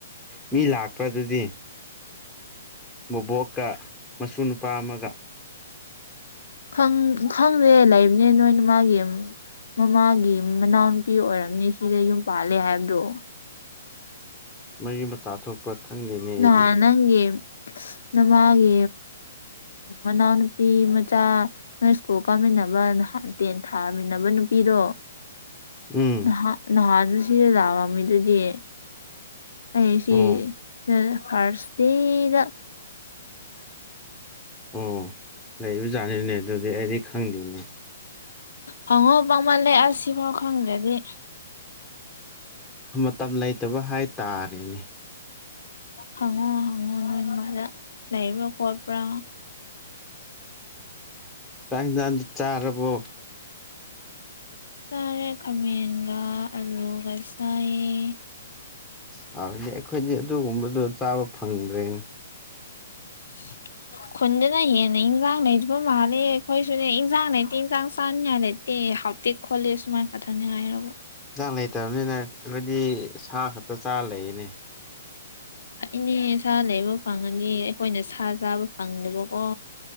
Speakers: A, in the centre; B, on the left.
A: ꯃꯤ ꯂꯥꯛꯄ ꯑꯗꯨꯗꯤ ꯕꯣꯕꯣꯛꯀ ꯃꯁꯨ ꯅꯨꯄꯥ ꯑꯃꯒ
B: ꯈꯪ ꯈꯪꯗꯦ ꯂꯩꯕꯅꯦ ꯅꯣꯏꯅ ꯃꯥꯒꯤ ꯃꯃꯥꯒꯤ ꯃꯅꯥꯎꯅꯨꯄꯤ ꯑꯣꯏꯔꯝꯅꯤ ꯁꯤꯗ ꯌꯨꯝ ꯄꯥꯜꯂꯦ ꯍꯥꯏꯕꯗꯣ
A: ꯃꯔꯤ ꯃꯇꯥ ꯊꯣꯛꯄ꯭ꯔꯥ ꯈꯪꯗꯦꯅꯦ ꯑꯩꯗꯤ
B: ꯅꯍꯥꯟ ꯅꯪꯒꯤ ꯅꯃꯥꯒꯤ ꯃꯅꯥꯎꯅꯨꯄꯤ ꯃꯆꯥ ꯅꯣꯏ ꯁ꯭ꯀꯨꯜ ꯀꯥꯃꯤꯟꯅꯕ ꯅꯍꯥꯟ ꯇꯦꯟ ꯊꯥꯃꯤꯟꯅꯕ ꯅꯨꯄꯤꯗꯣ
A: ꯎꯝ
B: ꯅꯍ ꯅꯍꯥꯟꯗꯨ ꯁꯤꯗ ꯂꯥꯛꯕ ꯃꯤꯗꯨꯗꯤ ꯑꯩꯁꯤ
A: ꯑꯣ
B: ꯐꯥꯔꯁ ꯗꯦꯗ
A: ꯑꯣ ꯂꯩꯕꯖꯥꯠꯅꯤꯅꯦ ꯑꯗꯨꯗꯤ ꯑꯩꯗꯤ ꯈꯪꯗꯦꯅꯦ
B: ꯍꯪꯉꯣ ꯄꯥꯛꯃꯜꯂꯦ ꯑ ꯁꯤ ꯐꯥꯎ ꯈꯪꯗ꯭ꯔꯗꯤ
A: ꯃꯇꯝ ꯂꯩꯇꯕ ꯍꯥꯏꯇꯥꯔꯦꯅꯦ
B: ꯍꯪꯉꯣ ꯍꯪꯉꯣ ꯅꯣꯏ ꯃꯥꯗ ꯂꯩꯕ꯭ꯔꯥ ꯈꯣꯠꯄ꯭ꯔꯥ
A: ꯆꯥꯛ ꯢꯟꯁꯥꯡꯗꯤ ꯆꯔꯕꯣ
B: ꯆꯥꯔꯦ ꯈꯥꯃꯦꯟꯒ ꯑꯂꯨꯒ ꯆꯥꯏꯌꯦ
A: ꯍꯥꯏꯕꯗꯤ ꯑꯩꯈꯣꯏꯗꯤ ꯑꯗꯨꯒꯨꯝꯕꯗꯣ ꯆꯥꯕ ꯐꯪꯗ꯭ꯔꯦꯅꯤ
B: <unintelligible> ꯈꯨꯟꯗꯨꯅ ꯍꯦꯟꯅ ꯏꯟꯖꯥꯡ ꯂꯩꯕ ꯃꯥꯜꯂꯦ ꯑꯩꯈꯣꯏꯁꯨꯅꯦ ꯏꯟꯖꯥꯡ ꯂꯩꯇꯦ ꯏꯟꯖꯥꯡ ꯆꯥꯅꯤꯉꯥꯏ ꯂꯩꯇꯦ ꯅꯠꯇꯦ ꯁꯃꯥꯏ ꯀꯥ ꯅꯩꯅ ꯍꯥꯏꯔꯕ
A: ꯍꯟꯁꯥꯡ ꯂꯩꯇꯕꯅꯤꯅ ꯍꯥꯏꯗꯤ ꯁꯥ ꯈꯛꯇ ꯆꯥꯔ ꯂꯩꯅꯦ
B: ꯐꯩꯅꯦ ꯁꯥ ꯂꯩꯕ ꯐꯪꯉꯅꯤ ꯑꯩꯈꯣꯏꯅ ꯁꯥ ꯆꯥꯕ ꯐꯪꯗꯦꯕꯀꯣ